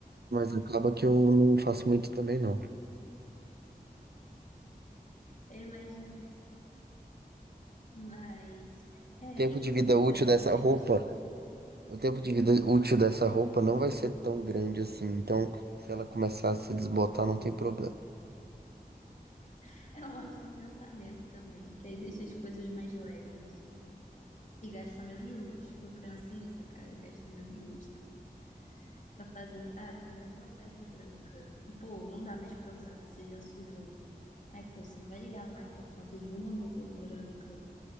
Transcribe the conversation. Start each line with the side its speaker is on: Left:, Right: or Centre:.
Right: Mas acaba que eu não faço muito também, não.
Left: Eu imaginei. Mas, é,
Right: Tempo
Left: e
Right: de
Left: comida?
Right: vida útil dessa
Left: Você
Right: roupa
Left: costuma.
Right: O tempo de vida útil dessa roupa não vai ser tão grande assim. Então, se ela começar a se desbotar, não tem problema.
Left: <laughs> É um ótimo pensamento também, que aí deixa as coisas mais leves. E gasta menos luz. Eu penso nisso, cara, gasta menos luz também. ficar fazendo, ah, tem uma peça branca. E, pô, não dá mais pra usar, que você já sujou. Aí, pô, você não vai ligar a máquina por conta de uma roupa branca.